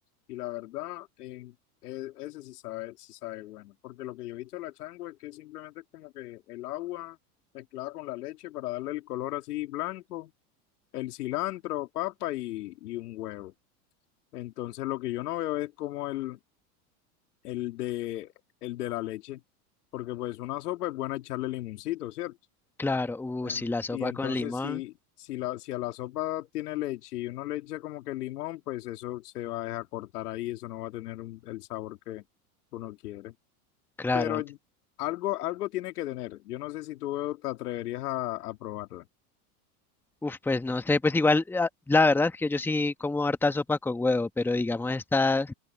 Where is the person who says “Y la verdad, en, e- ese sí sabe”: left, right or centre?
Left